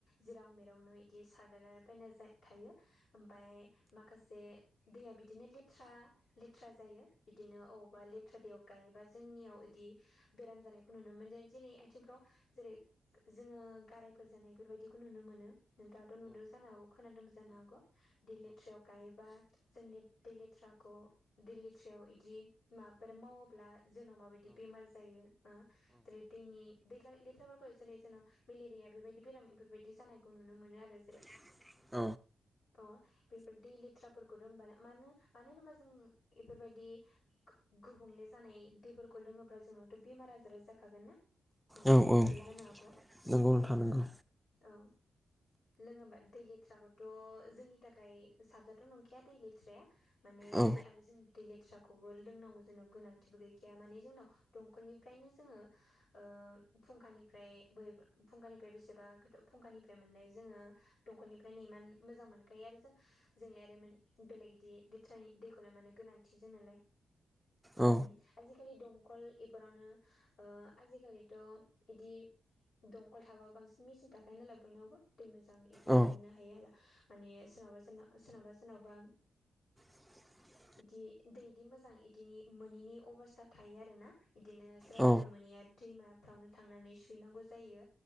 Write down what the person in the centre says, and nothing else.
<inaudible>
औ
औ
नंगौ
नोंथां नंगौ
औ
औ
औ
<inaudible>
औ